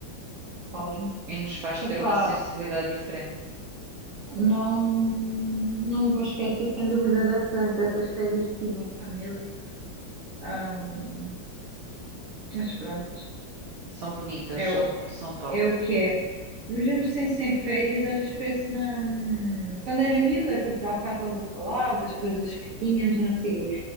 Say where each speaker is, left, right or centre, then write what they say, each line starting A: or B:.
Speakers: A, on the right; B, on the right.
A: claro.
B: E nos faz ter
A: Epá,
B: uma sensibilidade diferente.
A: Não, não me vou esquecer, sem dúvida, dessas, dessas férias que tive em família. Ahm, mas pronto,
B: São bonitas,
A: é,
B: são,
A: o-
B: são top.
A: é o que é. Mesmo sem, sem férias, às vezes penso na. hum, Quando era miúda, aquilo que há bocado estavas a falar, das coisas que tínhamos e não sei o quê.